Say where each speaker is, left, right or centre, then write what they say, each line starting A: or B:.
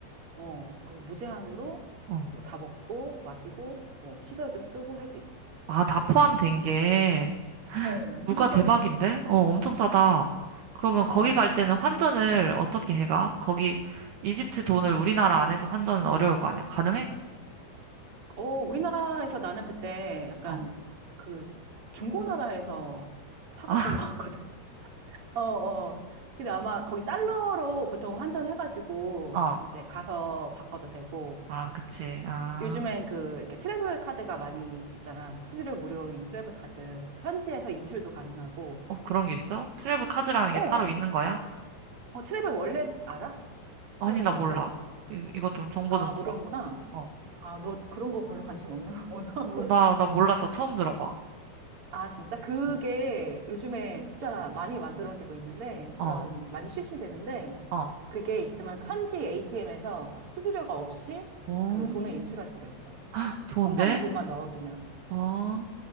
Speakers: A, on the right; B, on the right.
A: 어, 그래서 무제한으로
B: 어.
A: 뭐 다 먹고 마시고 뭐 시설도 쓰고 할 수 있어.
B: 아, 다 포함된 게
A: 어,
B: 물가
A: 엄청 싸지.
B: 대박인데? 어, 엄청 싸다. 그러면
A: 어.
B: 거기 갈 때는 환전을 어떻게 해가? 거기 이집트 돈을
A: 음.
B: 우리나라
A: 음.
B: 안에서 환전은 어려울 거 아니야. 가능해?
A: 어, 우리나라에서 나는 그때 약간
B: 어.
A: 그 중고나라에서 사갔던
B: 아,
A: 것
B: <laughs>
A: 같거든. <laughs> 어, 어. 근데 아마 거기 달러로 보통 환전해가지고
B: 어.
A: 이제 가서 바꿔도 되고
B: 아, 그치. 아.
A: 요즘엔 그 이렇게 트래블 카드가 많이 있잖아. 수수료 무료인 트래블 카드. 그래서 그 현지에서 인출도 가능하고.
B: 어, 그런 게 있어? 트래블 카드라는
A: 어,
B: 게 따로 있는 거야?
A: 어, 트래블 월렛 알아? 트래블
B: 아니, 나
A: 월렛?
B: 몰라. 이, 이거 좀 정보
A: 아,
B: 좀 주라.
A: 모르는구나.
B: 어.
A: 아, 너 그런 거 별로 관심 없는 거구나.
B: 어, 나, 나 몰랐어. 처음 들어봐.
A: <laughs> 아, 진짜? 그게
B: 음.
A: 요즘에 진짜 많이 만들어지고 있는데, 그런,
B: 어,
A: 많이 출시되는데,
B: 어. <gasps>
A: 그게 있으면 현지 ATM에서 수수료가 없이
B: 오,
A: 그 돈을 인출할 수가 있어.
B: 아, 좋은데?
A: 통장에 돈만 넣어두면.
B: 어,